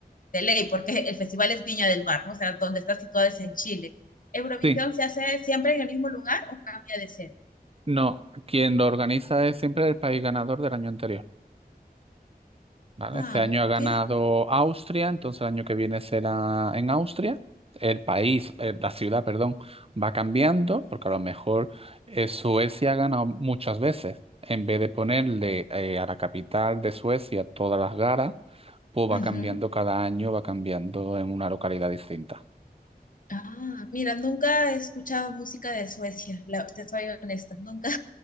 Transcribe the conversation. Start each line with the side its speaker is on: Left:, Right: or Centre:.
Left: de ley, porque el festival es Viña del Mar, ¿no? O sea, donde está situado es en Chile. ¿Eurovisión
Right: Sí,
Left: se hace siempre en el mismo lugar o cambia de sede?
Right: no, quien lo organiza es siempre el país ganador del año anterior. ¿vale?
Left: Ah,
Right: Este año
Left: ok.
Right: ha ganado Austria, entonces el año que viene será en Austria. El país, eh, la ciudad, perdón, va cambiando, porque a lo mejor eh, Suecia ha ganado muchas veces. En vez de ponerle eh, a la capital de Suecia todas las garas, pues va
Left: Ujú.
Right: cambiando cada año, va cambiando en una localidad distinta.
Left: Ah, mira, nunca he escuchado música de Suecia, la, te soy honesta, nunca.